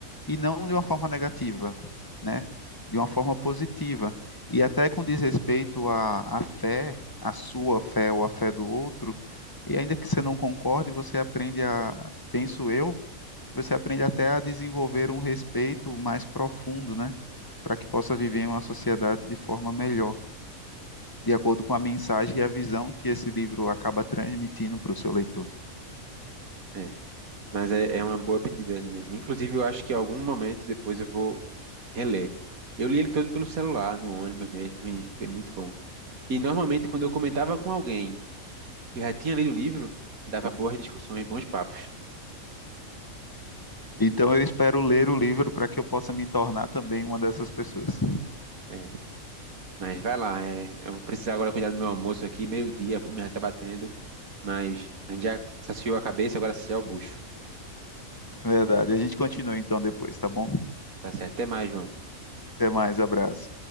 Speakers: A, on the left; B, on the right.
A: e não de uma forma negativa, né? De uma forma positiva. E até com desrespeito à, à fé, à sua fé ou à fé do outro, e ainda que você não concorde, você aprende a, penso eu, você aprende até a desenvolver um respeito mais profundo, né? Para que possa viver em uma sociedade de forma melhor de acordo com a mensagem e a visão que esse livro acaba transmitindo para o seu leitor.
B: É. Mas é, é uma boa pedida ali mesmo. Inclusive, eu acho que em algum momento depois eu vou reler. Eu li ele todo pelo celular, no ônibus mesmo, e foi muito bom. E normalmente quando eu comentava com alguém Eu já tinha lido o livro, dava boas discussões, bons papos.
A: Então eu espero ler o livro para que eu possa me tornar também uma dessas pessoas.
B: É, mas vai lá, é, eu vou precisar agora cuidar do meu almoço aqui, meio-dia, a fome já tá batendo, mas a gente já saciou a cabeça, agora saciar o bucho.
A: Verdade. A gente continua então depois, tá bom?
B: Tá certo, até mais, João.
A: Até mais, abraço.